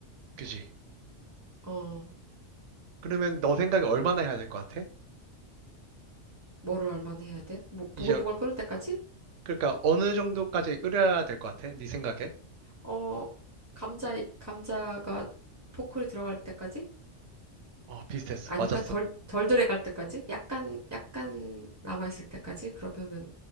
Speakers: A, on the right; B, on the right.
A: 그지?
B: 어,
A: 그러면 너 생각에 얼마나 해야 될 것 같아?
B: 뭐를 얼마나 해야 돼? 뭐,
A: 이제,
B: 보글보글 끓을 때까지?
A: 그러니까 어느 정도까지 끓여야 될 것 같아? 네 생각에?
B: 어, 감자, 감자가 포크에 들어갈 때까지?
A: 어, 비슷했어.
B: 아닌가?
A: 맞았어.
B: 덜, 덜 들어갈 때까지? 약간, 약간 남아있을 때까지? 그러면은,